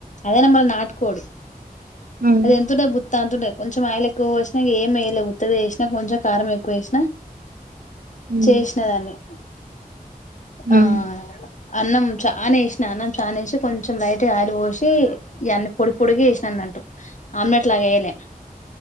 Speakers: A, on the left; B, on the right.
A: అదైన మళ్ళ నాటు కోడి.
B: ఉమ్
A: అది ఎంతుంటది బుత్తంత ఉంటది. కొంచెం ఆయిలెక్కువ పోసి ఇగ ఏం ఏయేలే ఉత్తదే జెస్ నాకు కొంచెం కారం ఎక్కువ యేసిన
B: ఉమ్
A: చేసిన దాన్ని. ఆ
B: ఉమ్
A: అన్నం చానేసి అన్నం చానేసి కొంచెం లైట్ తె ఆయిలు పోసి ఇయన్ని పొడి పొడిగ వేసినన్నట్టు. ఆమ్లెట్ లాగ యేయలె,